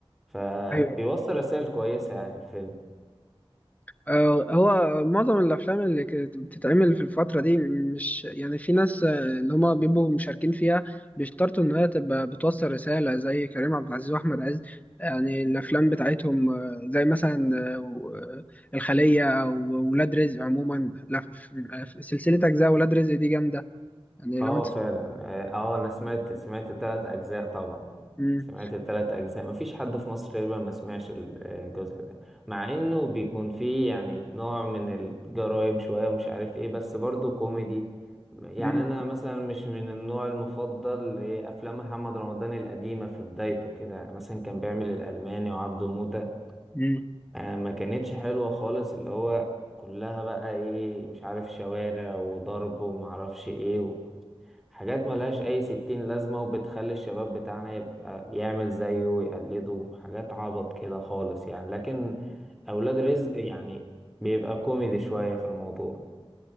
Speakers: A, in the centre; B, on the left (about 15°).
A: فبيوصل
B: ايوه
A: رسائل كويسة يعني الفيلم
B: آه، هو معظم الافلام اللي كانت بتتعمل في الفتره دي مش يعني في ناس آه، اللي هما بيبقوا مشاركين فيها بيشترطوا ان هي تبقى بتوصل رساله زي كريم عبد العزيز واحمد عز يعني الافلام بتاعتهم آه، زي مثلا آه، و- آه، الخليه او ولاد رزق عموما لا، في- آه، في سلسله اجزاء ولاد رزق دي جامده يعني
A: اه
B: لو انت
A: فعلا اه آه، انا سمعت سمعت التلات اجزاء طبعا
B: مم.
A: سمعت التلات اجزاء مفيش حد في مصر تقريبا ما سمعش ال- الجزء ده مع انه بيكون فيه يعني نوع من الجرايم شوية ومش عارف ايه بس برضه كوميدي يعني
B: مم.
A: انا مثلا مش من النوع المفضل لافلام محمد رمضان القديمة في بدايته كده يعني مثلا كان بيعمل الالماني وعبده موتة
B: مم.
A: آه، ما كانتش حلوة خالص اللي هو كلها بقى ايه مش عارف شوارع وضرب ومعرفش ايه حاجات ملهاش أي ستين لازمة وبتخلي الشباب بتاعنا يبقى يعمل زيه ويقلده حاجات عبط كده خالص يعني لكن أولاد رزق يعني بيبقى كوميدي شوية في الموضوع